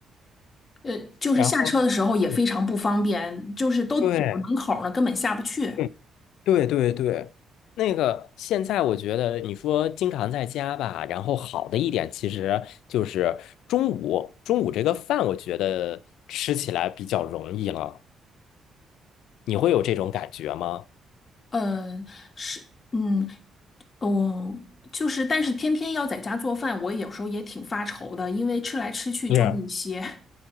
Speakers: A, on the left; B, on the left.
A: 呃，就是下车的时候也非常不方便，
B: 然后，对，
A: 就是都堵到门口儿了，
B: 对
A: 根本下不去。
B: 嗯对对对，那个现在我觉得你说经常在家吧，然后好的一点其实就是中午，中午这个饭我觉得吃起来比较容易了，你会有这种感觉吗？
A: 呃，是，嗯，哦，就是，但是天天要在家做饭，我有时候也挺发愁的，因为吃来吃去就那些。
B: 是，